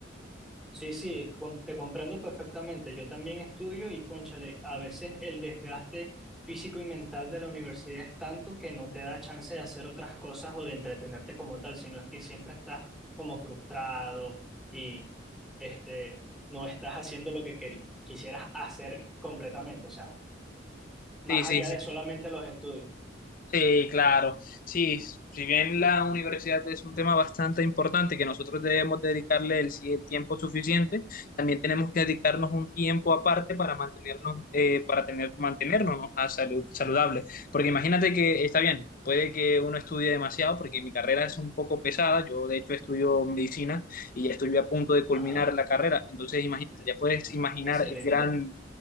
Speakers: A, in the centre; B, on the left.
A: Sí, sí, com- te comprendo perfectamente. Yo también estudio y, cónchale, a veces el desgaste físico y mental de la universidad es tanto que no te da chance de hacer otras cosas o de entretenerte como tal, sino es que siempre estás como frustrado y este, no estás haciendo lo que queri- quisieras hacer completamente, o sea, más
B: Sí, sí.
A: allá
B: sí.
A: de solamente los estudios.
B: Sí, claro. Sí, si bien la universidad es un tema bastante importante que nosotros debemos dedicarle el, sí- el tiempo suficiente, también tenemos que dedicarnos un tiempo aparte para mantenernos, eh, para tener, mantenernos a salud, saludables. Porque imagínate que está bien, puede que uno estudie demasiado, porque mi carrera es un poco pesada. Yo, de hecho, estudio medicina y ya estoy a punto de culminar
A: Ajá,
B: la carrera. Entonces, imagínate, ya puedes imaginar
A: excelente.
B: el gran